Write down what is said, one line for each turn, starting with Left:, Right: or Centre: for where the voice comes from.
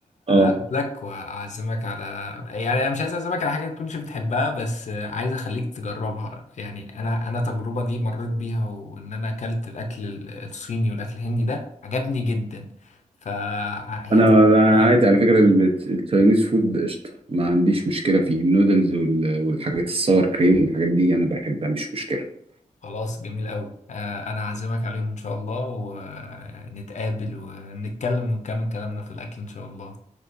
Right: اه
Left: اقابلك واعزمك على يعني انا مش عايز اعزمك على حاجه ما تكونش بتحبها بس عايز اخليك تجربها يعني انا انا التجربه دي مريت بيها وان انا اكلت الاكل ال- الصيني والاكل الهندي ده عجبني جدا فهي
Right: انا
Left: تجربة
Right: أنا
Left: عايزة-
Right: عادي على فكره ال- التشاينيز فود قشطه ما عنديش مشكله فيه النودلز وال- والحاجات الساور كريم والحاجات دي انا بحبها مش مشكله
Left: خلاص جميل قوي آه، انا هعزمك عليهم ان شاء الله ونتقابل ونتكلم ونكمل كلامنا في الاكل ان شاء الله